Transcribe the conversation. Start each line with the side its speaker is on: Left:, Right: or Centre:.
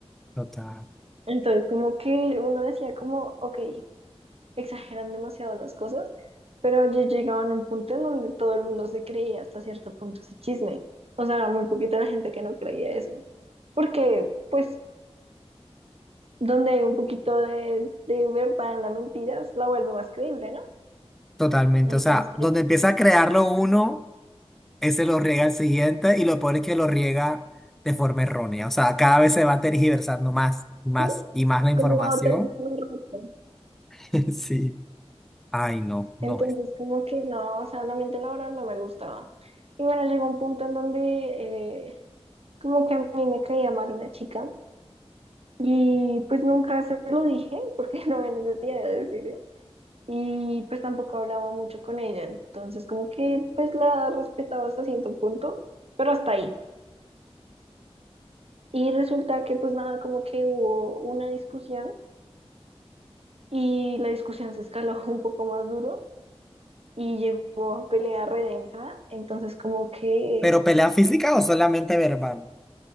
Centre: Total.
Right: Entonces como que uno decía como, ok, exageran demasiado las cosas, pero ya llegaban a un punto en donde todo el mundo se creía hasta cierto punto ese chisme. O sea, muy poquita la gente que no creía eso. Porque, pues, donde hay un poquito de, de verdad en la mentira, la vuelve más creíble, ¿no?
Centre: Totalmente.
Right: Entonces,
Centre: O sea, donde empieza a crearlo uno. Ese lo riega el siguiente y lo peor es que lo riega de forma errónea. O sea, cada vez se va tergiversando más, más
Right: sí,
Centre: y más la información.
Right: como tenía un reto.
Centre: <laughs> Sí. Ay, no, no.
Right: Entonces, como que no, o sea, la mente laboral no me gustaba. Y bueno, llegó un punto en donde eh, como que a mí me caía mal una chica y pues nunca se lo dije porque <laughs> no había necesidad de decirlo. Y pues tampoco hablaba mucho con ella. Entonces, como que pues la respetaba hasta cierto punto, pero hasta ahí. Y resulta que pues nada, como que hubo una discusión y la discusión se escaló <laughs> un poco más duro. y llegó a pelea redensa, entonces como que,
Centre: ¿Pero pelea física o solamente verbal?